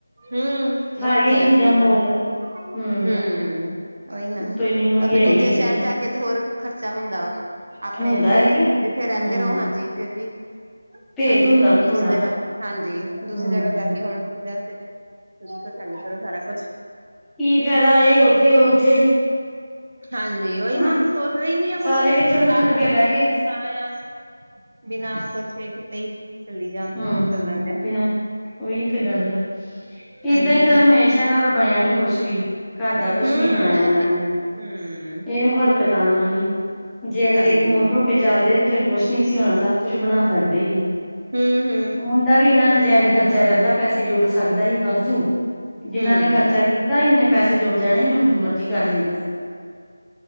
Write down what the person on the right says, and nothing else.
ਹੂੰ,
ਉਹ ਤੇ ਹੈ
ਸਹੀ
ਗੱਲ ਏ।
ਹੂੰ, ਉਹੀ ਨਾ
ਫੇਰ ਦੂਜੇ
ਸ਼ਹਿਰ
ਜਾ ਕੇ ਤੇ ਹੋਰ ਖ਼ਰਚਾ ਹੁੰਦਾ ਵਾ। ਆਪਣੇ
ਜਿੱਥੇ ਰਹਿੰਦੇ
ਰਹੋ ਹਾਂਜੀ ਫਿਰ ਵੀ
ਘੱਟ
ਦੂਸਰੀ
ਜਗ੍ਹਾ ਹਾਂਜੀ ਦੂਸਰੀ
ਜਗ੍ਹਾ ਜਾ ਕੇ ਹੁਣ ਪੂਰਾ ਫਿਰ <unintelligible> ਚੰਗੀ ਤਰਾਂ ਸਾਰਾ ਕੁਛ,
ਹਾਂਜੀ,
ਉਹੀ ਨਾ ਸੋਚਦੇ ਨੀ ਆ ਕੁਛ
ਸਲਾਹ
ਕਰਕੇ
ਚੱਲ
ਤਾਂ ਆ, ਬਿਨਾਂ ਕੁਛ ਇਹ ਕਿਤੇ ਹੀ ਚੱਲੀ ਜਾਣਦਾ
ਜੋ ਚੱਲਣ ਡਿਆ।
ਹਾਂਜੀ
ਹੂੰ
ਉਹ ਤੇ
ਹੂੰ
ਹਾਂਜੀ
ਹੂੰ-ਹੂੰ,
ਹੂੰ